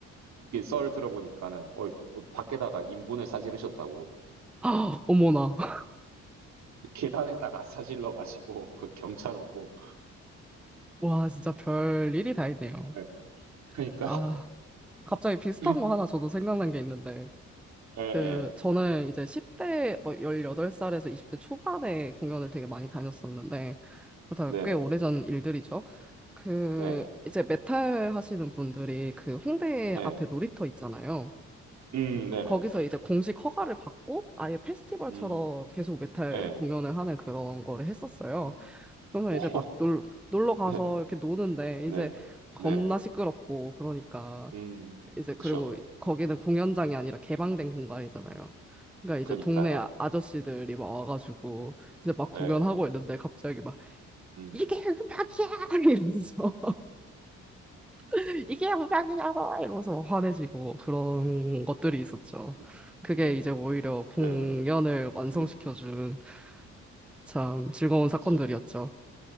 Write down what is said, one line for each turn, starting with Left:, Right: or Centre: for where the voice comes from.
Right: 이썰 들어보니까는 어 어, 밖에다가 인분을 싸지르셨다고
Centre: 아, 어머나, <laughs>
Right: 계단에다가 <laughs> 싸질러 가지고 그 경찰 오고
Centre: 와, 진짜 별 일이 다 있네요.
Right: 예, 그러니까
Centre: 아. 갑자기 비슷한
Right: <laughs>
Centre: 거 하나 저도 생각난 게 있는데,
Right: 예예예
Centre: 그, 저는 이제 10대, 뭐, 18살에서 20대 초반에 공연을 되게 많이 다녔었는데, 다꽤
Right: 네네
Centre: 오래전 일들이죠. 그,
Right: 예
Centre: 이제 메탈 하시는 분들이 그 홍대
Right: 예.
Centre: 앞에 놀이터 있잖아요.
Right: 음, 네네.
Centre: 거기서 이제 공식 허가를 받고 아예 페스티벌처럼
Right: 음,
Centre: 계속 메탈
Right: 예.
Centre: 공연을 하는 그런 거를 했었어요.
Right: 음,
Centre: 그러면
Right: 오,
Centre: 이제
Right: <laughs>
Centre: 막 놀, 놀러 가서
Right: 네네.
Centre: 이렇게 노는데, 이제
Right: 네.
Centre: 겁나
Right: 네네.
Centre: 시끄럽고, 그러니까.
Right: 음.
Centre: 이제 그리고
Right: 그쵸.
Centre: 거기는 공연장이 아니라 개방된 공간이잖아요. 그러니까 이제
Right: 그니까요.
Centre: 동네 아- 아저씨들이 막 와가지고
Right: 러
Centre: 이제 막 공연하고
Right: 예. 예.
Centre: 있는데 갑자기 막
Right: 음.
Centre: 이게 음악이야 <laughs> 이러면서 <laughs> 이게 음악이냐고 이러면서 화내시고 그런 것들이 있었죠.
Right: 음.
Centre: 그게
Right: 네,
Centre: 이제 오히려 공연을
Right: 예. 예.
Centre: 완성시켜준
Right: 음. 음.
Centre: 참 즐거운
Right: 그쵸.
Centre: 사건들이었죠.